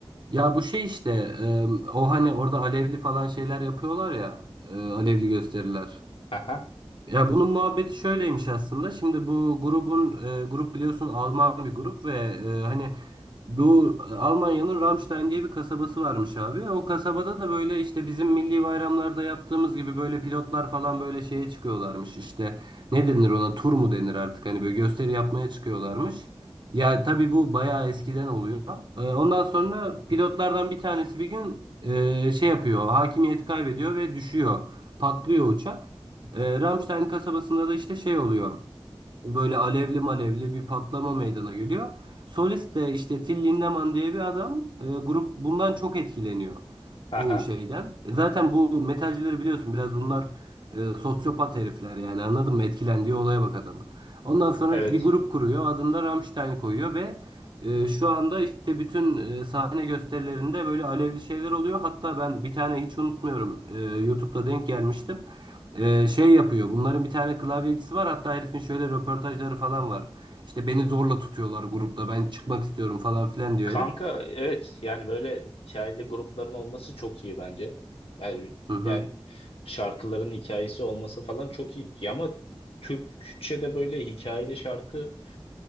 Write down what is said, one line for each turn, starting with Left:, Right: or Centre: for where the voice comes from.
Right: Ya bu şey işte e, o hani orada alevli falan şeyler yapıyorlar ya e, alevli gösteriler.
Left: Aha.
Right: Ya bunun muhabbeti şöyleymiş aslında. Şimdi bu grubun e, grup biliyorsun Alman bir grup ve e, hani bu Almanya'nın Ramstein diye bir kasabası varmış abi. O kasabada da böyle işte bizim milli bayramlarda yaptığımız gibi böyle pilotlar falan böyle şeye çıkıyorlarmış işte. Ne denir ona? Tur mu denir artık? Hani böyle gösteri yapmaya çıkıyorlarmış. Ya tabii bu bayağı eskiden oluyor. Ee, Ondan sonra pilotlardan bir tanesi bir gün e, şey yapıyor. Hakimiyeti kaybediyor ve düşüyor. Patlıyor uçak. Ee, Ramstein kasabasında da işte şey oluyor. Böyle alevli malevli bir patlama meydana geliyor. Solist de işte Till Lindemann diye bir adam. E, grup bundan çok etkileniyor
Left: Aha.
Right: bu şeyden. E zaten bu metalcileri biliyorsun biraz bunlar e, sosyopat herifler yani anladın mı? Etkilendiği olaya bak adamın. Ondan sonra
Left: Evet.
Right: bir grup kuruyor adını da Rammstein koyuyor ve e, şu anda işte bütün e, sahne gösterilerinde böyle alevli şeyler oluyor. Hatta ben bir tane hiç unutmuyorum e, YouTube'da denk gelmiştim. E, şey yapıyor bunların bir tane klavyecisi var hatta herifin şöyle röportajları falan var. İşte beni zorla tutuyorlar grupta ben çıkmak istiyorum falan filan diyor
Left: Kanka
Right: herif.
Left: evet yani böyle hikayeli grupların olması çok iyi bence. Yani,
Right: Hı hı.
Left: yani şarkıların hikayesi olması falan çok iyi ama Türkçe'de böyle hikayeli şarkı